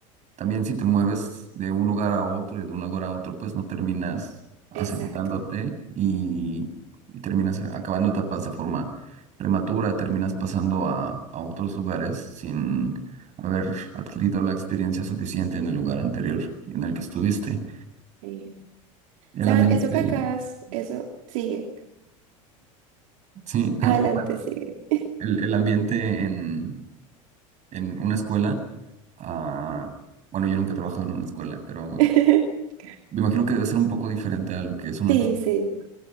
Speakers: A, on the right; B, on the right.
A: También si te mueves de un lugar a otro y de un lugar a otro, pues no terminas asentándote
B: exacto.
A: y, y terminas acabando etapas de forma prematura, terminas pasando a, a otros lugares sin haber adquirido la experiencia suficiente en el lugar anterior en el que estuviste.
B: Eh,
A: El
B: ¿Sabes?
A: ambiente,
B: Eso que acabas, eso sigue.
A: sí, <laughs> ah,
B: Adelante,
A: bueno,
B: sigue.
A: el, el ambiente en, en una escuela, ah, bueno, yo nunca he trabajado en una escuela, pero me
B: <laughs>
A: imagino que debe ser un poco diferente a lo que es una
B: Sí, sí,